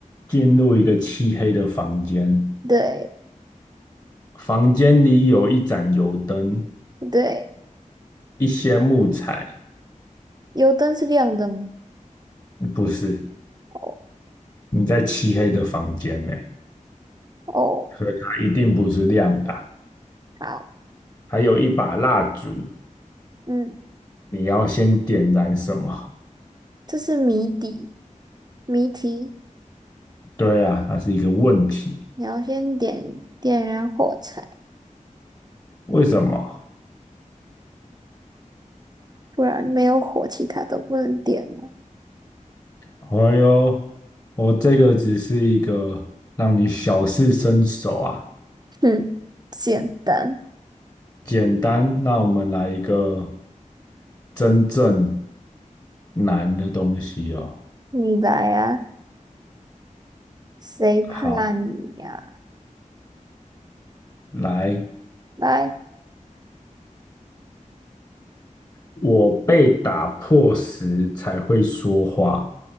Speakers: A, on the left; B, on the right.
A: 进入一个漆黑的房间，
B: 对
A: 房间里有一盏油灯，
B: 对，
A: 一些木材。
B: 油灯是亮的吗？
A: 嗯不是，
B: 哦
A: 你在漆黑的房间内，
B: 哦，
A: 所以它一定不是亮的啊
B: 好，
A: 还有一把蜡烛，
B: 嗯，
A: 你要先点燃什么？
B: 这是谜底，谜题，
A: 对啊，它是一个问题。
B: 你要先点点燃火柴，
A: 为什么？
B: 不然没有火，其他都不能点了。
A: 哎呦，我这个只是一个让你小试身手啊，
B: 哼，简单，
A: 简单。那我们来一个真正难的东西哦。
B: 你来啊，谁怕你呀、
A: 好，来，
B: 来，
A: 我被打破时才会说话，